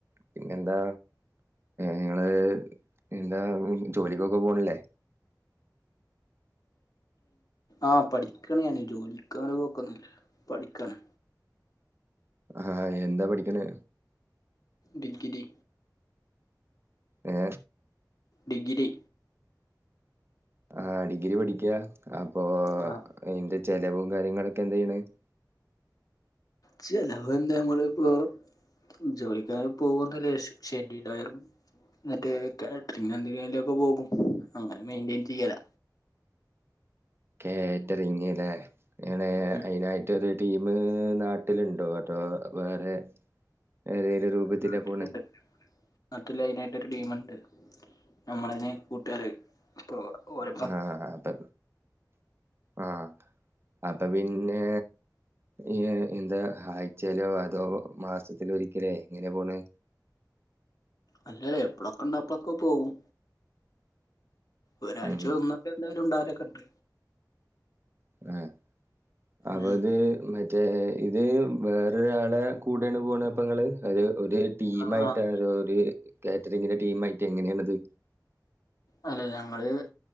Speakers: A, on the right; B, on the left.
A: പിന്നെന്താ നിങ്ങള് എന്താ ജോലി <unintelligible> പോണില്ലേ?
B: ആ പഠിക്കണ് ഞാന് ജോലിക്കങ്ങനെ പോക്കൊന്നില്ല പഠിക്കാണ്.
A: ആഹ് എന്താ പഠിക്ക്ണേ
B: ടിഗ്രി
A: ഏ
B: ഡിഗ്രി
A: ആഹ് ഡിഗ്രി പഠിക്കാ അപ്പൊ
B: ആ
A: നിന്റെ ചെലവും കാര്യങ്ങളൊക്കെ എന്താണ് ചെയ്യണത്
B: ചെലവ് എന്താ നമ്മളിപ്പോ ജോലിക്കങ്ങനെ പോവുന്നില്ല ശനി ഞായറും എന്നിട്ട് കാറ്ററിങ് എന്തെങ്കിലുംക്കെ പോകും അങ്ങനെ മെയിൻന്റെയിൻ ചെയ്യല
A: കേറ്ററിങ്ങല്ലേ ങ്ങനെ
B: ഉം
A: അയിനായിട്ടൊരു ടീമ് നാട്ടിലുണ്ടോ അതോ വേറെ ഏതേലും രൂപത്തിലാ
B: ഉണ്ട് നാട്ടിലുണ്ട്.
A: പോണെ
B: നാട്ടില് അയിനായിട്ടൊരു ടീമുണ്ട് നമ്മളന്നെ കൂട്ടാര് പ്പോ ഓൽ
A: ആഹ് അതെ ആഹ് അപ്പൊ പിന്നെ ഈ എന്താ ആഴ്ചയിലോ അതോ മാസത്തിൽ ഒരിക്കലോ എങ്ങനെ പോണ്
B: അല്ലല്ലേ എപ്പഴൊക്കെണ്ടോ അപ്പളൊക്കെ പോവും ഒരാഴ്ച
A: ഉം
B: ഒന്നൊക്കെ എന്തായാലും ഉണ്ടാവരൊക്കെണ്ട്.
A: ആഹ് അപ്പത്
B: ഉം
A: മ മറ്റേ ഇത് വേറൊരാളെ കൂടെയാണ് പോണപ്പങ്ങള് അത് ഒരു ടീമായിട്ട്
B: ആഹ് ആഹ്
A: അതോ ഒരു കാറ്ററിങ്ങിന്റെ ടീമായിട്ട് എങ്ങനെയാണത്.
B: അല്ലല്ലോ അല്ലെ ഞങ്ങള്